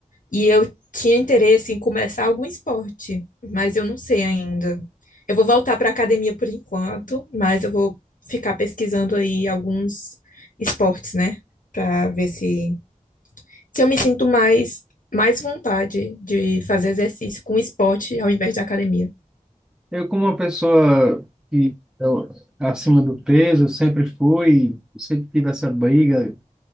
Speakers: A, on the left (about 70°); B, in the centre.
A: E eu tinha interesse em começar algum esporte, mas eu não sei ainda. Eu vou voltar para academia por enquanto, mas eu vou ficar pesquisando aí alguns esportes, né? Para ver se, se eu me sinto mais, mais vontade de fazer exercício com esporte ao invés de academia.
B: Eu, como uma pessoa que eu, acima do peso, eu sempre fui, sempre tive essa briga